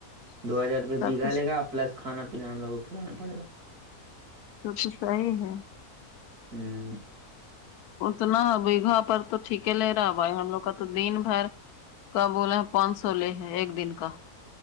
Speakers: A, on the right; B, on the left.
A: دو ہزار روپئے
B: تب
A: بگھا
B: تو
A: لے گا پلس کھانا پینا ہم لوگ کو کھلانا پڑے گا
B: تب تو صحیح ہے
A: ہ
B: اتنا بیگھا پر تو ٹھیک لے رہا بھائی ہم لوگ کا تو دن بھر کا بولے ہیں پانچ سو لے ہے ایک دن کا